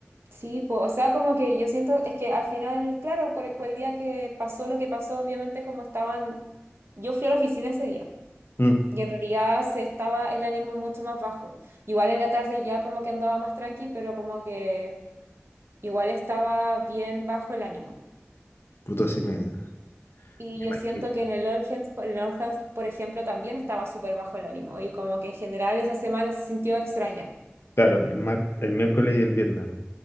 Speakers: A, on the right (about 65°); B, on the left (about 60°).
A: Sí, po, o sea, como que yo siento, es que al final, claro, por el, el día que pasó lo que pasó, obviamente como estaban, yo fui a la oficina ese día
B: Mm,
A: y en realidad se estaba el ánimo mucho más bajo. Igual en la tarde ya como que andaba más tranqui, pero como que... igual estaba bien bajo el ánimo.
B: puto, así me, me
A: Y
B: imagino.
A: yo siento que en el All Hands, por- en el All por ejemplo, también estaba súper bajo el ánimo y como que en general esa semana se sintió extraña.
B: Claro, el, mar- el miércoles y el viernes.